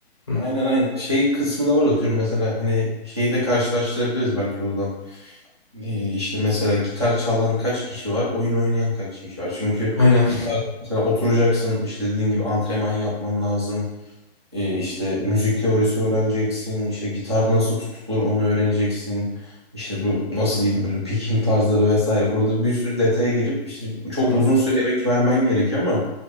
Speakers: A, on the left; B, on the right.
A: Hı,
B: aynen aynen şey kısmı da var atıyorum mesela hani şeyi de karşılaştırabiliriz belki oradan. Ee, işte mesela gitar çalan kaç kişi var, oyun oynayan kaç kişi var. Çünkü
A: aynen.
B: gitar mesela oturacaksın işte dediğin gibi antrenman yapman lazım. E, işte müzik teorisi öğreneceksin, işte gitar nasıl tutulur onu öğreneceksin. İşte bu nasıl diyeyim böyle picking tarzları vesaire. Burada bir sürü detaya girip işte çok
A: Evet,
B: uzun süre emek vermen gerekiyor ama